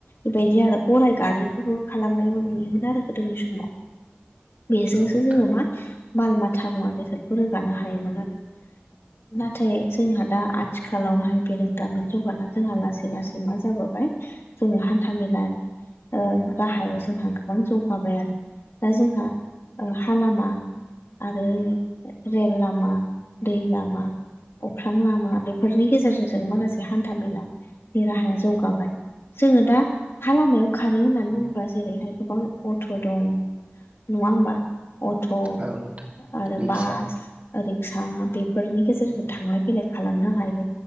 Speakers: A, on the left; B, on the right.
A: बेबायदि आरो गराइ गारिखौबो खा‌लामनायबो नुयोमोन आरो। गोदोनि समाव बेजोंसो
B: औ नोंथां
A: जोङो मा माल मााथामुवा बेसोरखौ रोगानो हायोमोन आरो।
B: <inaudible>
A: नाथाय जोंहा दा आथिखालावहाय बेरोंदामोन जौगाना जोंहा लासै लासै मा जाबोबाय जोङो हान्था मेलानि ओ राहायाव जोंहा गोबां जौग माबाय आरो दा जोंहा ओ हा लामा आरो रेल लामा दै लामा अख्रां लामा बेफोरनि गेजेरजों जों माखासे हान्था मेला बे राहाया जौगाबाय जोङो दा हा लामायाव खारो होननानै बुङोब्ला जेरैहाय गोबां अट' दङ नङा होमबा अट'
B: औ नोंथां
A: आरो
B: रिक्सा
A: बास। रिक्सा बेफोरनि गेजेरजों थांलाय फैलाय खालामनो हायो